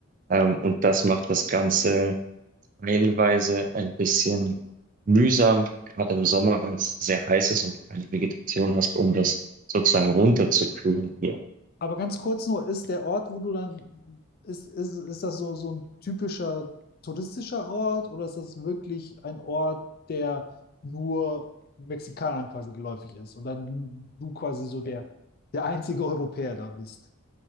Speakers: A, on the right; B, on the left.
A: ähm, und das macht das Ganze teilweise ein bisschen mühsam, gerade im Sommer, weil es sehr heiß ist und du keine Vegetation hast, um das sozusagen runterzukühlen hier.
B: Aber ganz kurz nur, ist der Ort, wo du dann, ist, ist, ist das so, so ein typischer touristischer Ort oder ist das wirklich ein Ort, der nur Mexikanern quasi geläufig ist und dann du quasi so der, der einzige Europäer da bist?